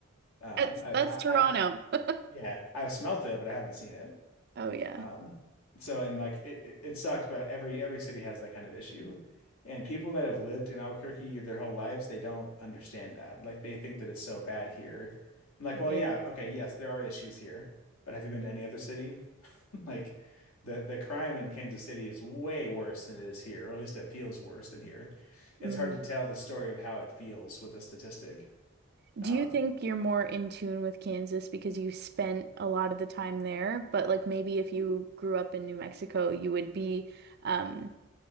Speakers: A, on the left; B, on the right.
A: Um,
B: That's
A: I, I,
B: that's Toronto.
A: I,
B: <laughs>
A: yeah, I've smelt it, but I haven't seen it.
B: Oh yeah.
A: Um, so and like it, it, it sucks, but every every city has that kind of issue. And people that have lived in Albuquerque their whole lives, they don't understand that. Like they think that it's so bad here. I'm like, well,
B: Right.
A: yeah, okay, yes, there are issues here, but have you been to any other city? <laughs> Like the the crime in Kansas City is way worse than it is here, or at least it feels worse than here.
B: Mm.
A: It's hard to tell the story of how it feels with a statistic.
B: Do
A: Um,
B: you think you're more in tune with Kansas because you spent a lot of the time there, but like maybe if you grew up in New Mexico, you would be um